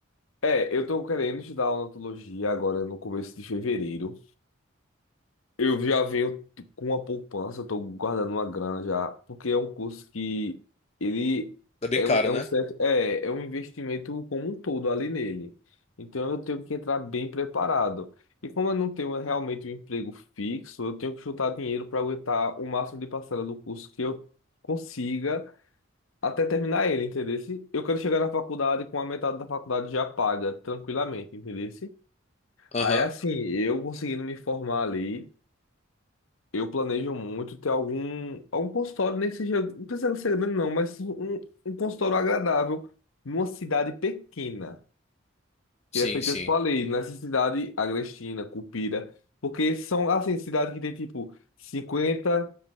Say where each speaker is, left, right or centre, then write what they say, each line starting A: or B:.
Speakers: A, on the left (about 85°); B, on the left (about 30°).
A: É, eu tô querendo estudar odontologia agora no começo de fevereiro. Eu já venho t- com uma poupança, estou guardando uma grana já, porque é um curso que ele
B: É bem
A: é
B: caro,
A: um, é
B: né?
A: um certo, é, é um investimento como um todo ali nele. Então eu tenho que entrar bem preparado. E como eu não tenho realmente um emprego fixo, eu tenho que juntar dinheiro para aguentar o máximo de parcela do curso que eu consiga até terminar ele, entendeu? Eu quero chegar na faculdade com a metade da faculdade já paga, tranquilamente, entendeu?
B: Aham,
A: Aí assim, eu conseguindo me formar ali. Eu planejo muito ter algum, algum consultório, nem que seja, não precisa ser grande não, mas um, um consultório agradável numa cidade pequena.
B: Sim,
A: Que é feito,
B: sim.
A: eu falei, nessa cidade, Agrestina, Cupira, porque são, assim, cidade que tem, tipo, cinquenta